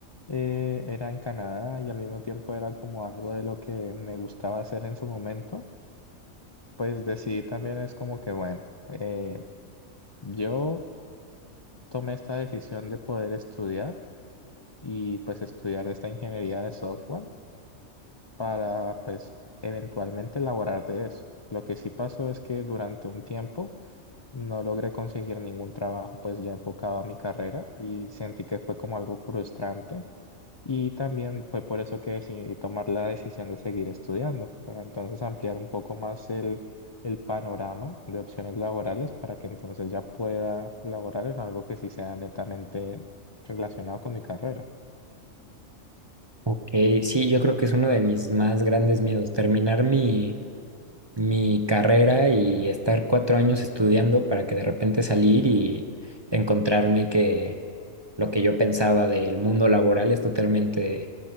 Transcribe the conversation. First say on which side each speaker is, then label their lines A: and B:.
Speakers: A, on the left; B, on the right.
A: eh, era en Canadá y al mismo tiempo era como algo de lo que me gustaba hacer en su momento, pues decidí también es como que, bueno, eh, yo tomé esta decisión de poder estudiar. y pues estudiar esta ingeniería de software para pues eventualmente elaborar de eso. Lo que sí pasó es que durante un tiempo no logré conseguir ningún trabajo pues ya enfocado a mi carrera y sentí que fue como algo frustrante y también fue por eso que decidí tomar la decisión de seguir estudiando para entonces ampliar un poco más el, el panorama de opciones laborales para que entonces ya pueda laborar en algo que sí sea netamente relacionado con mi carrera.
B: Ok, sí, yo creo que es uno de mis más grandes miedos, terminar mi, mi carrera y estar cuatro años estudiando para que de repente salir y encontrarme que lo que yo pensaba del mundo laboral es totalmente